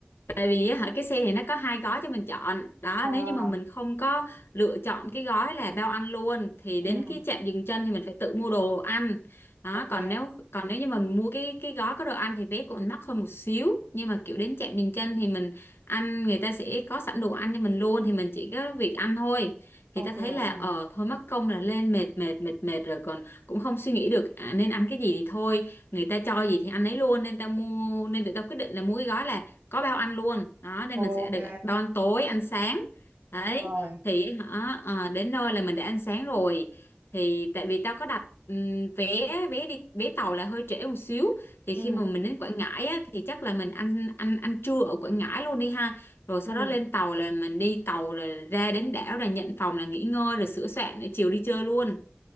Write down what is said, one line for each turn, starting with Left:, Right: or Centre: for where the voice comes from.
Left: tại vì á, hả cái xe thì nó có hai gói cho mình chọn đó
Right: ờ
Left: nếu như mà mình không có lựa chọn cái gói là bao ăn luôn thì đến
Right: ừ,
Left: cái trạm dừng chân thì mình phải tự mua đồ ăn đó
Right: ok,
Left: còn nếu còn nếu như mình mua cái cái gói có đồ ăn thì vé của mình mắc hơn một xíu nhưng mà kiểu đến trạm dừng chân thì mình ăn người ta sẽ có sẵn đồ ăn cho mình luôn thì mình chỉ có việc ăn thôi thì
Right: ok,
Left: ta thấy
Right: ok,
Left: là ờ thôi mất công là lên mệt mệt mệt mệt rồi còn cũng không suy nghĩ được à, nên ăn cái gì thì thôi người ta cho gì thì ăn ấy luôn nên ta mua nên tụi tao quyết định là mua cái gói là có bao ăn luôn đó nên
Right: ok,
Left: mình sẽ được bao ăn tối ăn sáng đấy
Right: rồi,
Left: thì hả ờ, đến nơi là mình đã ăn sáng rồi thì tại vì tao có đặt ừm, vé vé đi vé tàu là hơi trễ một xíu thì
Right: ừ,
Left: khi mà mình đến Quảng Ngãi á, thì chắc là mình ăn ăn ăn trưa ở Quảng Ngãi luôn đi ha rồi sau
Right: ừ.
Left: đó lên tàu là mình đi tàu rồi ra đến đảo là nhận phòng là nghỉ ngơi rồi sửa soạn để chiều đi chơi luôn